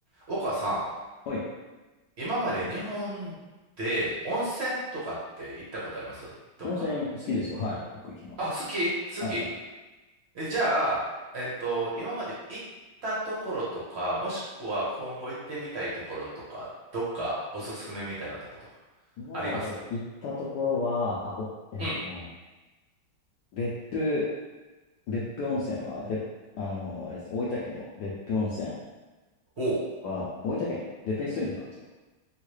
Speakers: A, on the right (about 60°); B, on the left (about 75°).
A: 岡さ
B: はい。
A: ん、今まで日本で温泉とかって行ったことありますどっか。
B: 温泉好きですよ。はい。よく行きます。
A: あ、好き好き
B: はいはい。
A: えじゃあ、えっと、今まで行ったところとか、もしくは今後行ってみたいところとか、どっかおすすめみたいなとことか、
B: 今まで行ったところは、
A: あります
B: あ、お、えっと、
A: うん。
B: 別府、別府温泉は、別、あのあれですね、大分県の別府温泉
A: ほう。
B: は、大分県、別府に住んでたんですよ。